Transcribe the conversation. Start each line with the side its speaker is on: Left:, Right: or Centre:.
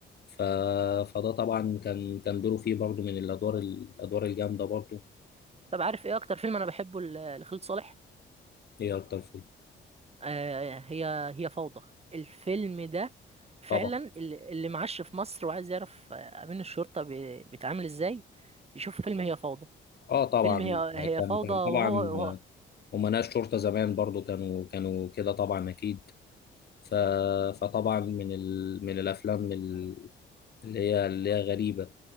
Left: ف... فده طبعا كان كان دوره فيه برضو من الادوار الادوار الجامده برضو
Right: طب عارف ايه اكتر فيلم انا بحبه ل- لخالد صالح
Left: ايه اكتر فيلم
Right: آه هي هي فوضى الفيلم ده فعلا
Left: طبعا
Right: اللي اللي معاش في مصر وعايز يعرف آه، امين الشرطه بي- بيتعامل ازاي بيشوف فيلم هي فوضى
Left: اه طبعا
Right: فيلم هي هي
Left: كان
Right: فوضى
Left: كان
Right: وهو,
Left: طبعا
Right: وهو
Left: امناء شرطه زمان برضو كانوا كانوا كده طبعا اكيد ف... فطبعا من ال... من الافلام ال- اللي هي اللي هي غريبه